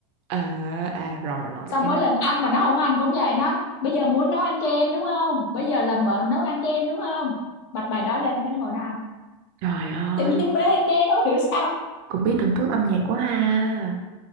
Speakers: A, on the right; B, on the left.
A: à à rồi rồi
B: xong
A: Ê,
B: mỗi lần ăn mà nó không ăn cũng vậy nói bây giờ muốn nấu ăn cho em đúng không bây giờ làm mợ nấu ăn cho em đúng không bật bài đó lên cái nó ngồi nó ăn
A: trời ơi
B: tự nhiên bé anh đen nó không hiểu sao
A: cũng biết thưởng thức âm nhạc quá ha